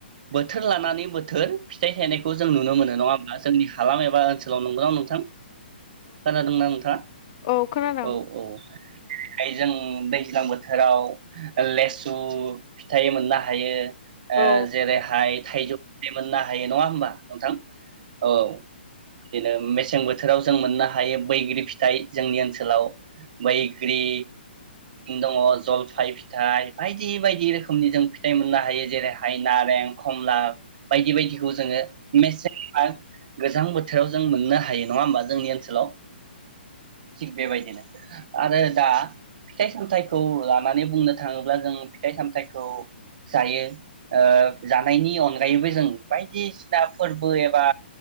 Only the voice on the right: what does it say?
बोथोर लानानै बोथोर फिथाइ थायनायखौ जों नुनो मोनो नङा होमा जोंनि हालाम एबा बा ओनसोलाव नंगौना नोंथां? खोनादोंना नोंथाङा?
औ औ यै जों दैज्लां बोथोराव ओ लेसु फिथाइ मोननो हायो। ओ
जेरैहाय थाइजौ बे मोननो हायो नङा होमबा? नोंथां औ बिदिनो मेसें बो थोराव जों मोननो हायो बैग्रि फिथाइ जोंनि ओनसोलाव मैख्रि दङ जलफाय फिथाइ बायदि बायदि रोखोमनि जों फिथाइ मोननो हायो जेरैहाय नारें खमला बायदि बायदिखौ जोङो मेसें <unintelligible> गोजां बोथोराव जों मोननो हायो। नङा होनबा जोंनि ओनसोलाव थिक बेबायदिनो आरो दा फिथाइ सामथाइखौ लानानै बुंनो थाङोब्ला जों फिथाइ सामथाइखौ जायो ओ जानायनि अनगायैबो जों बायदिसिना फोरबो एबा